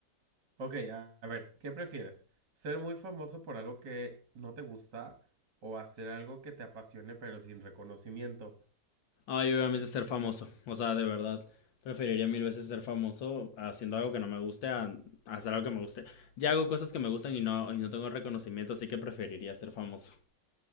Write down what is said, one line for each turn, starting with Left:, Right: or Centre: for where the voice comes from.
Right: Ok, a, a ver, ¿qué prefieres? ¿Ser muy famoso por algo que no te gusta o hacer algo que te apasione pero sin reconocimiento?
Left: Ay, obviamente ser famoso. O sea, de verdad. Preferiría mil veces ser famoso haciendo algo que no me guste a, a hacer algo que me guste. Ya hago cosas que me gustan y no, y no tengo reconocimiento, así que preferiría ser famoso.